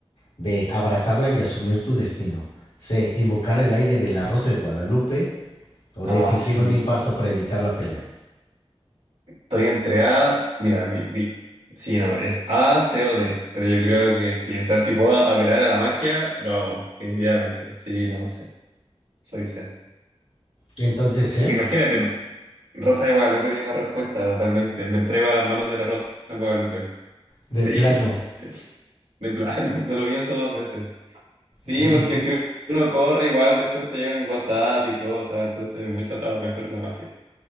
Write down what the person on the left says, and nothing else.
B. Abrazarla y asumir tu destino. C. Invocar el aire de la Rosa de Guadalupe. O
D. Fingir
un infarto para evitar la pelea.
Entonces C.
De
plano.
eh,